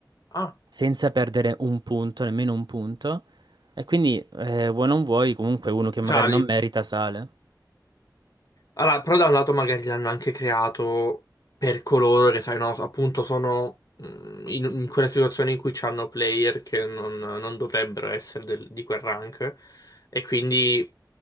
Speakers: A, on the left; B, on the right.
A: Ah,
B: senza perdere un punto, nemmeno un punto, e quindi eh, vuoi non vuoi comunque uno che magari
A: sali.
B: non merita sale.
A: Allora, però da un lato magari l'hanno anche creato per coloro che, sai, no, appunto sono mm, in, in quelle situazioni in cui c'hanno player che non, non dovrebbero essere del- di quel rank. E quindi